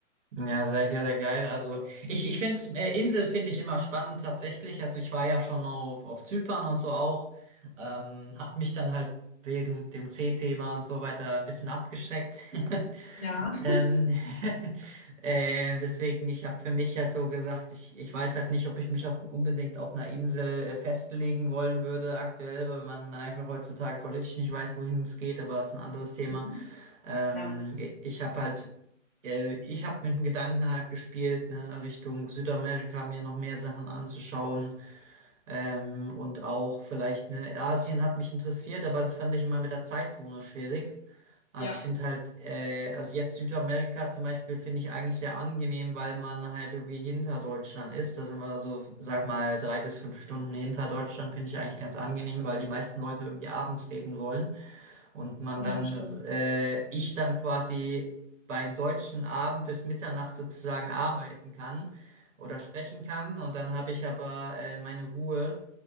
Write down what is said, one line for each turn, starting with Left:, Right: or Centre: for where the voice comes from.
Right: Ja, sehr, ge- sehr geil. Also ich, ich finde es, äh, Insel finde ich immer spannend tatsächlich. Also ich war ja schon auf, auf Zypern und so auch. Ähm, hab mich dann halt wegen dem C-Thema und so weiter ein bisschen abgeschreckt. <laughs>
Left: Ja.
Right: Ähm, <laughs> äh, deswegen, ich habe für mich halt so gesagt, ich, ich weiß halt nicht, ob ich mich auf, unbedingt auf einer Insel äh, festlegen wollen würde aktuell, weil man einfach heutzutage politisch nicht weiß, wohin es geht, aber es ist ein anderes Thema.
Left: Mhm.
Right: Ähm,
Left: Ja.
Right: ich habe halt, äh, ich habe mit dem Gedanken halt gespielt, ne, Richtung Südamerika mir noch mehr Sachen anzuschauen. Ähm, und auch vielleicht, ne, Asien hat mich interessiert, aber das fand ich immer mit der Zeitzone schwierig. Also
Left: Ja,
Right: ich finde halt, äh, also jetzt Südamerika zum Beispiel finde ich eigentlich sehr angenehm, weil man halt irgendwie hinter Deutschland ist. Da sind wir so, sag mal, drei bis fünf Stunden hinter Deutschland, finde ich eigentlich ganz angenehm, weil die meisten Leute irgendwie abends reden wollen. Und man
Left: Ja,
Right: dann,
Left: stimmt.
Right: äh, ich dann quasi beim deutschen Abend bis Mitternacht sozusagen arbeiten kann oder sprechen kann. Und dann habe ich aber äh, meine Ruhe,